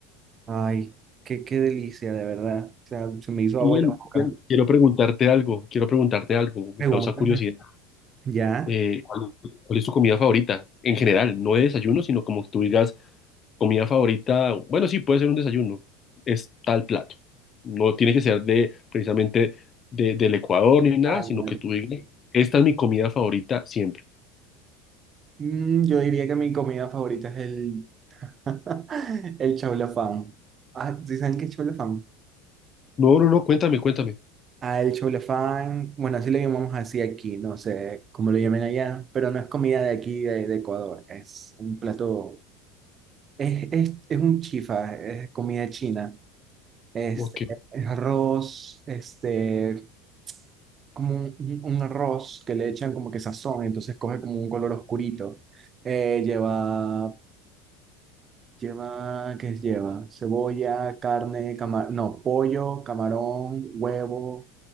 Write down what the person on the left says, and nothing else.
Bien,
bien. Quiero preguntarte algo, quiero preguntarte algo, me
causa curiosidad.
Eh, ¿cuál, cuál es tu comida favorita? En general, no de desayuno, sino como que tú digas comida favorita, bueno, sí, puede ser un desayuno, es tal plato. No tiene que ser de precisamente de- del Ecuador ni nada,
sino
que tú digas, esta es mi comida favorita siempre.
No, no, no, cuéntame, cuéntame.
Ok,